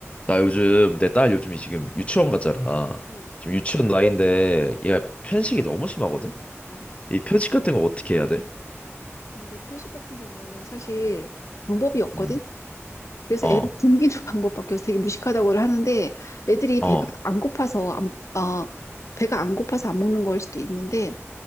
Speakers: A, on the left (about 25°); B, on the left (about 80°).
A: 나 요즘 내 딸 요즘이 지금 유치원 가잖아.
B: 음,
A: 지금 유치원 나이인데 얘가 편식이 너무 심하거든.
B: 어.
A: 이 편식 같은 거 어떻게 해야 돼?
B: 근데 편식 같은 경우에는 사실 방법이 없거든?
A: 음.
B: 그래서
A: 어.
B: 애를 굶기는 <laughs> 방법밖에 없어. 되게 무식하다고 하는데 애들이
A: 어.
B: 배가 안 고파서 안, 어, 배가 안 고파서 안 먹는 걸 수도 있는데